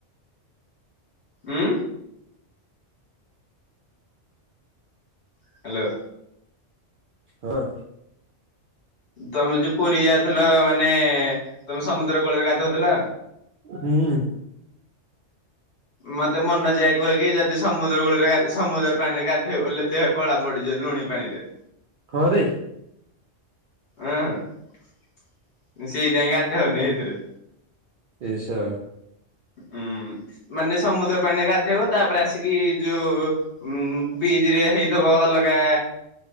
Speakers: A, on the left; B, on the right.
A: ଉଁ? ହ୍ୟାଲୋ।
B: ହଁ।
A: ତମେ ଯୋଉ ପୁରୀ ଯାଉଥିଲ ମାନେ ତମେ ସମୁଦ୍ର କୂଳରେ ଗାଧଉଥିଲ?
B: ହୁଁ।
A: ମତେ ମନୋଜଭାଇ କୁହେ କି ଯଦି ସମୁଦ୍ର କୂଳରେ ଗାଧେଇବୁ, ସମୁଦ୍ର ପାଣିରେ ଗାଧେଇବୁ ବୋଲେ ଦେହ କଳା ପଡିଯିବ ଲୁଣି ପାଣି ରେ।
B: କହରେ
A: ଅଁ ମୁଁ ସେଇଥିାଇଁ ଗାଧୋଉନି ସେଇଥିରେ।
B: ଏ ସ
A: ଉଁ ମାନେ ସମୁଦ୍ର ପାଣିରେ ଗାଧେଇବ। ତାପରେ ଆସିକି ଯୋଉ ଉଁ ବିଜ ରେ ହେଇଥିବ ଅଲଗା